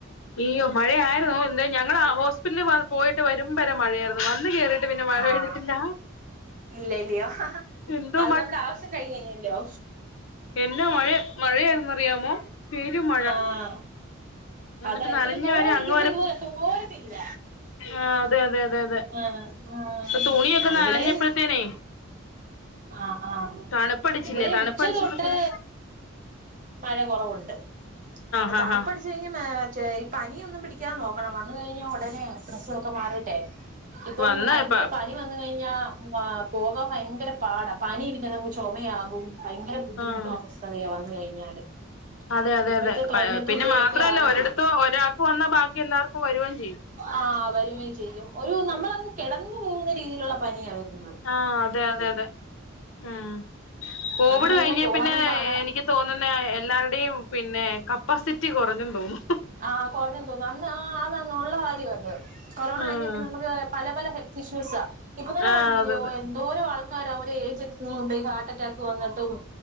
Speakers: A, on the left; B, on the right.
A: അയ്യോ മഴയായിരുന്നു എന്താ ഞങ്ങള് ഹോസ്പിറ്റല പോയിട്ട് വരുമ്പ വരെ മഴയായിരുന്നു വന്ന് കേറി പിന്നെ മഴ
B: ആഹ്
A: പെയ്തിട്ടില്ല.
B: ഇല്ല ഇല്ലയോ
A: എന്തോ
B: അത് നമ്മുടെ ആവശ്യം കഴിഞ്ഞഴിഞ്ഞല്ലോ.
A: എന്ന മഴ മഴയായിന്നറിയാമോ പെരു മഴ
B: ആഹ്
A: എന്നിട്ട്
B: അതാ എന്തെങ്കിലും
A: നനഞ്ഞ
B: പോവാൻ
A: വരെ
B: നിക്കുമ്പോ
A: അങ്ങ് വരെ
B: ഇതുപോലെ തോരത്തില്ല
A: ആഹ് അതെ അതെ അതെ അതെ
B: ആഹ് ആഹ്
A: ഇപ്പൊ തുണിയൊക്കെ
B: ആഹ്
A: നനഞ്ഞപ്പോഴത്തേനെ
B: ഇവിടെയും ആഹ് ആഹ്
A: തണുപ്പടിച്ചില്ലേ
B: ഇവിടെ
A: തണുപ്പടിച്ചപ്പോത്തിന്
B: ഉച്ച തോട്ട് മഴ കുറവുണ്ട് ആഹ്
A: ഹാ
B: തണുപ്പ്
A: ഹാ
B: അടിച്ചു കഴിഞ്ഞ ഈ പനിയൊന്നും പിടി നോക്കണം വന്ന് കഴിഞ്ഞ ഉടനെ ഡ്രൊസോക്കെ മാറിയിട്ടെ ഇപ്പൊ
A: വന്ന
B: ഭയങ്കര
A: ഇപ്പ
B: പനി വന്ന കഴിഞ്ഞാൽ പോകാൻ ഭയങ്കര പാട പനി ചോമയാകും ഭയങ്കര ബുദ്ധിമുട്ടും
A: ആഹ്
B: അസ്വസ്ഥതയാ വന്നു കഴിഞ്ഞാല്
A: അതെ അതെ
B: ഇപ്പഴത്തെ
A: അതെ
B: ക്ലൈമറ്റിന്റെ
A: പിന്നെ മാത്രല്ല
B: ഒക്കെ ആയിരിക്കും
A: ഒരിടത്ത് ഒരാൾക്ക് വന്നാ ബാക്കി എല്ലാവർക്കും വരുകയും ചെയ്യും
B: ആഹ് വരുക്കയും ചെയ്യും ഒരു നമ്മളങ്ങ് കെടന്നു പോകുന്ന രീതിയിലുള്ള പനിയ വരുന്നെ
A: ആഹ് അതെ അതെ അതെ ഉം കോവിഡ്
B: വന്ന് കഴിഞ്ഞാ
A: കഴിഞ്ഞ
B: പോവാനും
A: പിന്നെ
B: പാടാ
A: എനിക്ക് തോന്നുന്ന എല്ലാരുടെയും പിന്നെ കപ്പാസിറ്റി കുറഞ്ഞു തോന്നുന്നു
B: ആഹ് കുറഞ്ഞന്ന് തോന്നുന്നു അന്ന് ആഹ് അതാണ് ഉള്ള കാര്യം അത് കൊറോണ
A: ഉം
B: കഴിഞ്ഞപ്പ നമുക്ക് പല പല ഹെൽത്ത് ഇഷ്യൂസ ഇപ്പൊ തന്നെ
A: ആഹ്
B: കണ്ടില്ലിയോ
A: അതെ അതെ
B: ന്താരോ ആൾക്കാര ഒരു ഏജ് ത്തും മുമ്പ ഹാർട്ട് അറ്റാക്ക് വന്നിട്ടും